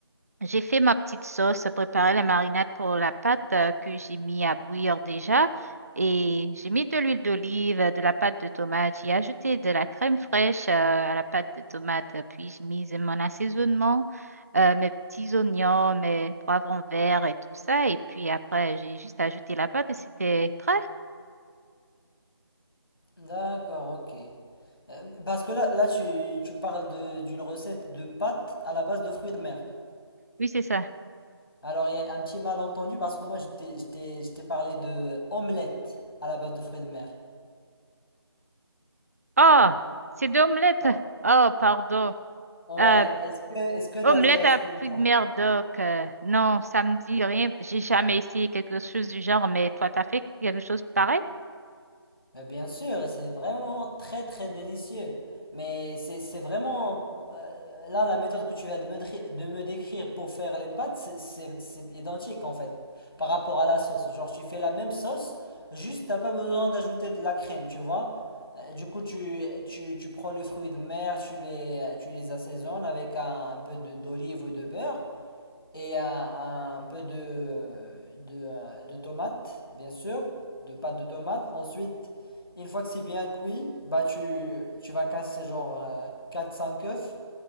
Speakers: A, on the right; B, on the left.
A: j'ai fait ma petite sauce, préparé la marinade pour la pâte euh, que j'ai mis à bouillir déjà. Et j'ai mis de l'huile d'olive, euh, de la pâte de tomate. J'ai ajouté de la crème fraîche euh, à la pâte de tomate. Puis j'ai mis mon assaisonnement, euh, mes petits oignons, mes poivrons verts et tout ça. Et puis après, j'ai juste ajouté la pâte et c'était prêt.
B: D'accord, ok. Euh, parce que là, là tu, tu parles de, d'une recette de pâtes à la base de fruits de mer.
A: Oui, c'est ça.
B: Alors, il y a un petit malentendu parce que moi, je t'ai, je t'ai- je t'ai parlé de omelette à la base de fruits de mer.
A: Oh, c'est deux omelettes.
B: Oh.
A: Oh, pardon.
B: Ouais,
A: Euh,
B: est-ce que, est-ce que tu
A: Omelette
B: as déjà essayé
A: à fruits
B: ça?
A: de mer, donc, euh, non, ça me dit rien. J'ai jamais essayé quelque chose du genre, mais toi, t'as fait quelque chose pareil?
B: Mais bien sûr, c'est vraiment très très délicieux. Mais c'est c'est vraiment... euh, Là, la méthode que tu viens de me, dri- de me décrire pour faire les pâtes, c'est c'est- c'est identique en fait par rapport à la sauce. Genre, tu fais la même sauce, juste t'as pas besoin d'ajouter de la crème, tu vois. Euh, du coup, tu, tu, tu prends les fruits de mer, tu les, tu les assaisonnes avec un, un peu de- d'olive ou de beurre et un, un peu de, de, euh, de tomates, bien sûr, de pâte de tomate. Ensuite, une fois que c'est bien cuit, bah tu, tu vas casser genre euh, quatre cinq œufs